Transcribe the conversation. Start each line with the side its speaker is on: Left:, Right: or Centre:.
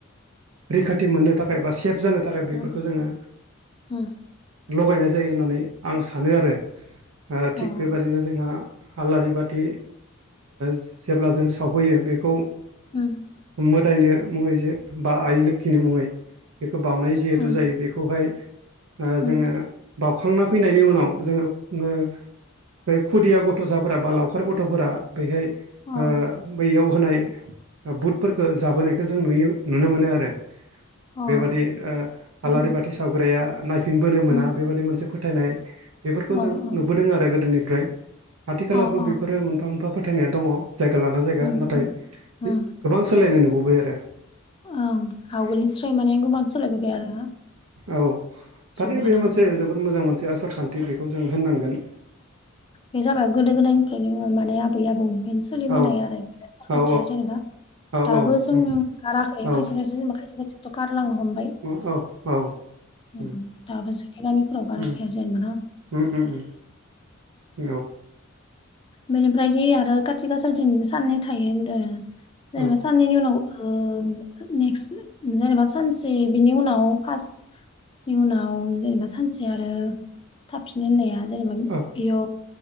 Right: रैखाथि मोननो थाखाय बा सेभ जानो थाखाय थाखाय बेफोरखौ
Left: उम
Right: जोङो
Left: उम
Right: लगायनाय जायो होननानै आं सानो आरो थिग
Left: अ
Right: बेबादिनो जोंहा आलारि बाथि जेब्ला जों सावहैयो बेखौ
Left: उम
Right: मोदायनो मुङै जे बा आइ लोखिनि मुङै। बेखौ बाउनाय जिहेथु
Left: उम उम
Right: जायो बेखौहाय
Left: उम
Right: जोङो बाउखांना फैनायनि उनाव जोङो ओ बे खुदिया गथ'साफोरा बा लावखार गथ'फोरा बेहाय
Left: अ
Right: ओ बैयाव होनाय बुटफोरखौ जाबोनायखौ जों नुयो नुनो मोनो आरो।
Left: अ
Right: बेबादि ओ
Left: उम
Right: आलारि बाथि सावग्राया नायफिनबोनो मोना
Left: उम
Right: बेबायदि मोनसे फो फोथायनाय बेफोरखौ
Left: अ
Right: जों
Left: अ
Right: नुबोदों आरो गोदोनिफ्राय आथिखालावबो
Left: अ अ
Right: बेफोरो मोनफा मोनफा फोथाय फोथायनाया दङ जायगा लाना जायगा
Left: उम
Right: नाथाय
Left: उम
Right: गोबां सोलायनाय नुबोबाय आरो।
Left: ओं आवगोलनिफ्राय माने गोबां सोलायबोबाय आरो।
Right: औ
Left: जुगानो
Right: थारै बे मोनसे जोबद मोजां मोनसे आसार खान्थि बेखौ जों होननांगोन।
Left: बे जाबाय गोदो गोदायनिफ्रायनो माने आबै आबौमोन सोलिबोनाय
Right: औ
Left: आरो खान्थिया
Right: औ
Left: जेनेबा
Right: औ
Left: दाबो जों
Right: औ
Left: गाराखै खायसे
Right: औ
Left: खायसे जेनेबा खायसे खायसेथ' गारलांनो हमबाय।
Right: हो औ औ। उम
Left: ओम दाबो जोंनि गामिफोरावबा
Right: उम
Left: खाया जेनबा ना।
Right: उम उम उम औ।
Left: बेनिफ्राय दि आरो काथि गासा थिं साननै थायो होनदों जेनेबा
Right: औ
Left: साननैनि उनाव ओ नेक्स्ट जेनेबा सानसे बिनि उनाव फार्स्ट नि उनाव। जेनेबा सानसे आरो थाफिननो होननाया जेनेबा
Right: औ
Left: बेयाव